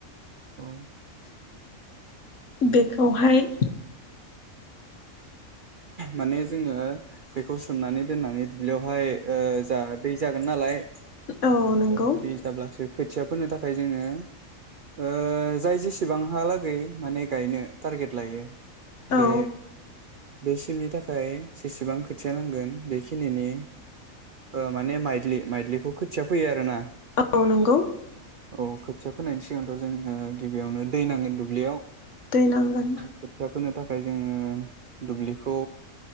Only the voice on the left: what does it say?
बेखौहाय
औ नंगौ
औ
औ नंगौ
दैनांगोन